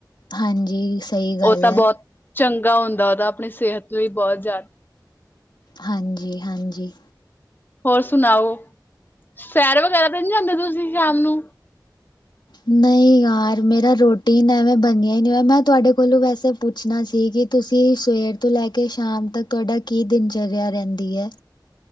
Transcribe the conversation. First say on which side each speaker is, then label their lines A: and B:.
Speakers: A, on the left; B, on the left.
A: ਹਾਂਜੀ, ਸਹੀ ਗੱਲ
B: ਤਾਂ
A: ਐ।
B: ਬੋਤ ਚੰਗਾ ਹੁੰਦਾ, ਉਹਦਾ ਆਪਣੀ ਸਿਹਤ ਵੀ ਬਹੁਤ ਜ਼ਿਆ
A: ਹਾਂਜੀ-ਹਾਂਜੀ।
B: ਹੋਰ ਸੁਣਾਓ, ਸੈਰ ਵਗੈਰਾ ਤੇ ਨਹੀਂ ਜਾਂਦੇ ਤੁਸੀਂ ਸ਼ਾਮ ਨੂੰ?
A: ਨਹੀਂ ਯਾਰ, ਮੇਰਾ ਰੋਟੀਨ ਐਵੇਂ ਬਣਿਆ ਨਹੀਂ, ਮੈਂ ਤੁਹਾਡੇ ਕੋਲੋਂ ਵੈਸੇ ਪੁੱਛਣਾ ਸੀ, ਕਿ ਤੁਸੀਂ ਸਵੇਰ ਤੋਂ ਲੈਕੇ ਸ਼ਾਮ ਤੱਕ ਤੁਹਾਡਾ ਕੀ ਦਿਨਚਰਿਆ ਰਹਿੰਦੀ ਐ?